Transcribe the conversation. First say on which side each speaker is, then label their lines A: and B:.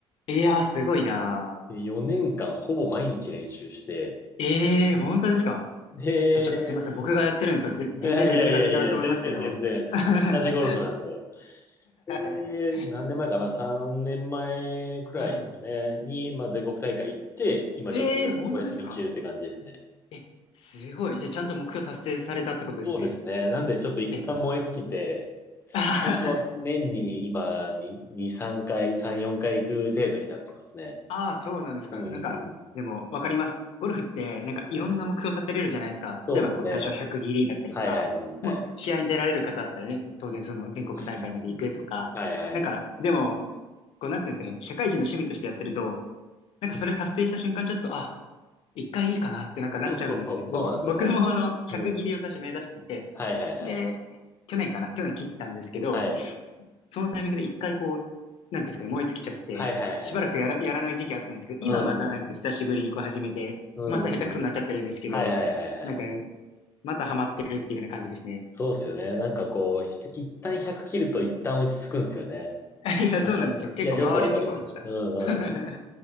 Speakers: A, on the left; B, on the left.
A: いやー、すごいな
B: で、4年間ほぼ毎日練習して、
A: ー。えー、本当ですかえじゃあちょっとすいません。
B: で、
A: 僕がやってるのとぜ全然レベルが違うと思いますけど。
B: いやいやいやいや、全然全然、
A: <laughs> は
B: 同じゴルフなんで。で、
A: い
B: 何年前かな ?3 年前くらいですかね、
A: はいは
B: に、まあ、全国大会行って、今ちょっとおや、
A: い。えー、本当ですか
B: お休み中って感じですね。
A: え、すごい。じゃあちゃんと目標達成されたってことですね。
B: そうですね。なんでちょっと一旦燃え尽きて、
A: え、<laughs>
B: 本当は年に今に2、3回、3、4回行く程度になってますね。
A: ああ、そうなんですか。
B: うん
A: なんか、でも、わかります。ゴルフって、なんか、
B: うんうん。
A: いろんな目標立てれるじゃないですか。
B: うんそうですね。
A: 例えば、こう、最初は100ギリだったりとか、
B: はいはいはいはい。
A: もう、試合に出られる方だったらね、そ当然、その、全国大会まで行くとか、
B: うんうんうん。はいはい。
A: なんか、でも、こう、なんていうんですかね、社会人の趣味としてやってると、なんか、
B: うん。
A: それ達成した瞬間、ちょっと、あ、一回いいかなって、なんか、なっちゃうんですよね。
B: そうそうそう。そうなんですよね。
A: ぼ、僕も、あの、100ギリを最初目指してて、
B: うん。はいはいはい。
A: で、去年かな、去年切ったんですけど、
B: はい。
A: そのタイミングで一回こう、なんていうんですかね、燃え尽きちゃって、
B: はいはいはい。
A: しばらくやら、やらない時期あったんですけど、今またなんか久しぶりにこう始めて、
B: うん。うんうんうん。
A: また下手くそになっちゃってるんですけど、
B: はいはいはいはい。
A: なんか、またハマってるっていう風な感じですね。
B: そうですよね。なんかこう、ひ一旦100切ると一旦落ち着くんですよね。
A: <laughs> いや、
B: うん。
A: そうなんですよ。結構周りもそうでした。
B: いや、よくわかります。うんうんうん。
A: <laughs> あ